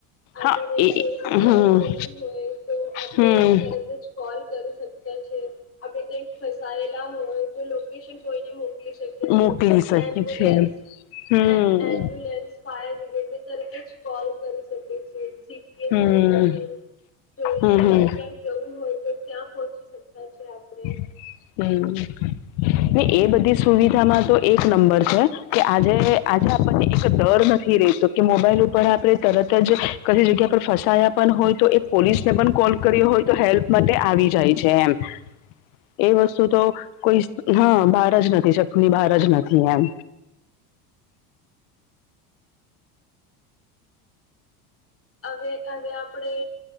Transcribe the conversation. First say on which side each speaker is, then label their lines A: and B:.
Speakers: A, on the left (about 30°); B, on the left (about 65°).
A: આપણે
B: હા એ
A: કોઈને કોલ
B: હમ
A: કરવું હોય તો આપણેે
B: હમ
A: તરત જ કોલ કરી શકએ છે આપડે હોય તો લોકેશન કોઈને મોકલી શકે
B: મોકલી શકે
A: એમ્બ્યુલન્સ
B: છે હમ
A: ફાયર બ્રિગેડ ને તરત જ કોલ કરી શકે છે જીપીએસ
B: હમ હમ
A: લોકેશન જોઈને
B: હમ
A: આપણે ક્યાં જવું હોય તો ત્યાં પહોંચી શકતા છે આપણે
B: હમ ને એ બધી સુવિધામાં તો એક નંબર છે કે આજે આજે આપણને એક ડર નથી રેતો મોબાઈલ ઉપર આપણે તરત જ કી જગ્યા પર ફસાયા પણ હોય તો એ પોલીસ ને પણ કોલ કર્યો હોય તો હેલ્પ માટે આવી જાય છે એમ એ વસ્તુ તો કોઈ હા બહાર જ નથી શકલી બહાર જ નથી એમ
A: હવે હવે આપણે